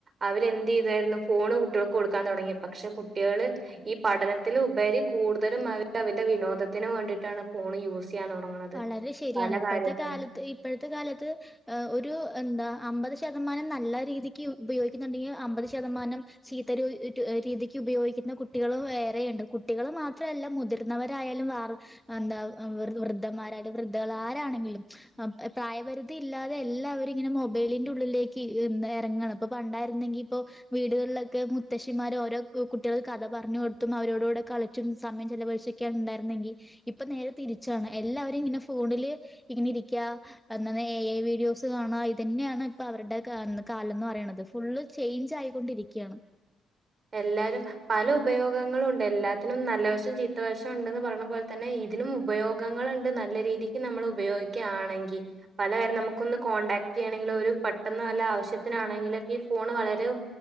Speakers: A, on the right; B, in the centre.
A: അവര്ന്ത്യ്തായിരുന്നു ഫോണ് കുട്ടികൾക്ക് കൊടുക്കാൻ തുടങ്ങി പക്ഷെ കുട്ട്യാള് ഈ പഠനത്തിൽ ഉപരി കൂടുതലും അവര് അവരുടെ വിനോദത്തിന് വേണ്ടിട്ടാണ് ഫോൺ യൂസ് <unintelligible>
B: വളരെ ശെരിയാണ്
A: പല
B: ഇപ്പോഴത്തെ
A: കാര്യത്തിനും
B: കാലത്ത് ഇപ്പോഴത്തെ കാലത്ത് ഒരു എന്താ അമ്പത് ശതമാനം നല്ല രീതിക്ക് ഉപയോഗിക്കുന്നുണ്ടെങ്കിൽ അമ്പത് ശതമാനം ചീത്ത രീതിക്ക് ഉപയോഗിക്കുന്ന കുട്ടികൾ വേറെയുണ്ട് കുട്ടികൾ മാത്രമല്ല മുതി ന്നവരായാലും വ എന്താ വ്യ- വൃദ്ധന്മാരായാല വൃദ്ധകൾ ആരണെങ്കിലും പ്രായപരിധി ഇല്ലാതെ എല്ലാവും ഇങ്ങനെ മൊബൈലിന്റെ ഉള്ളിലേ ഇറങ്ങാണ് ഇപ്പ പണ്ടായിരുന്നെങ്കി ഇപ്പോ വീടുകളിലൊക്കെ മുത്ത്ശിമാര് ഓരോ കുട്ടികൾ കഥ പറഞ്ഞു കൊടുത്തും അവരോടുകൂടെ കളി ചും സമയം ചെിലവഴിചൊക്കാണ് ഉണ്ടായിരുന്നെങ്കിൽ ഇപ്പൊ നേരെ തിരിച്ചാണ് എല്ലാവരും ഇങ്ങനെ ഫോണില് ഇങ്ങനെ ഇരിക്കുക അന്നന്ന്എ ഐ വീഡിയോസ് കാണുക അത് തന്നെയാണ് ഇപ്പൊ അവരുടെ കാലം എന്ന് പറയണത് ഫുള്ള് ചേഞ്ച് ആയിക്കൊണ്ടിരിക്കുകയാണ്
A: എല്ലരും പല ഉപയോഗങ്ങളും ഉണ്ട് എല്ലാത്തിനും നല്ല വശം ചീത്ത വശം ഉണ്ട്ന്ന് പറഞ്ഞ പോലെ തന്നെ ഇതിനും ഉപയോഗങ്ങളുണ്ട് നല്ല രീതിക്ക് നമ്മൾ ഉപയോഗിക്കുകയാണെങ്കിൽ പല പരം നമുക്കൊന്ന് കോൺടാക്ട് ചെയ്യണമെങ്കിൽ ഒരു പെട്ടെന്ന് നല്ല ആവശ്യത്തിനാണെങ്കിലൊക്കെ ഈ ഫോൺ വളരെ അ ഉ